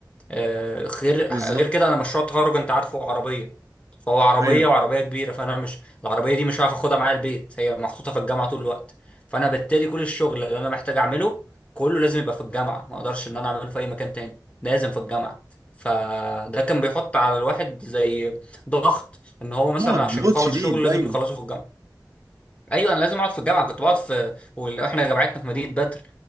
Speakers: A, on the left; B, on the right.
A: آه، غير
B: بالظبط
A: غير كده انا مشروع التخرج انت عارفه عربيه فهو عربيه
B: ايوه
A: وعربيه كبيره فانا مش العربيه دي مش هعرف اخدها معايا البيت هي محطوطه في الجامعه طول الوقت فانا بالتالي كل الشغل اللي انا محتاج اعمله كله لازم يبقى في الجامعه ما اقدرش ان انا اعمله في اي مكان تاني لازم في الجامعه فده كان بيحط على الواحد زي ضغط ان هو مثلا
B: لود
A: عشان
B: لود
A: يخلص
B: شديد
A: شغل لازم
B: ايوه
A: يخلصه في الجامعه ايوه انا لازم اقعد في الجامعه كنت بقعد في واحنا جامعتنا في مدينه بدر